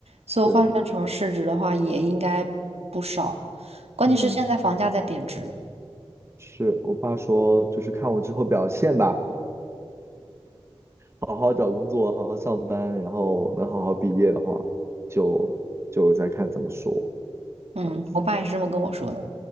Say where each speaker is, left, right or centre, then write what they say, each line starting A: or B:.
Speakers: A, on the right; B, on the right.
A: 所以换算成市值的话也应该不少。
B: 对，
A: 关键是现在房价在贬值，
B: 嗯，是我爸说就是看我之后表现吧。好好找工作，好好上班，然后能好好毕业的话，就就再看怎么说，
A: 嗯，
B: 这样子。
A: 我爸也是这么跟我说的。